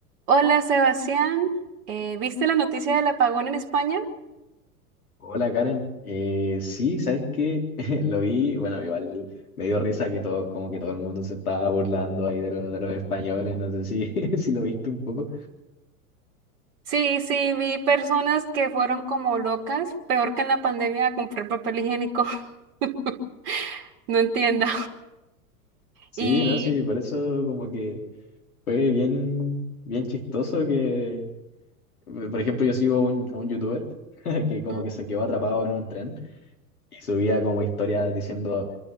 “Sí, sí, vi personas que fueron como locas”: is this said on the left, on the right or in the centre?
Right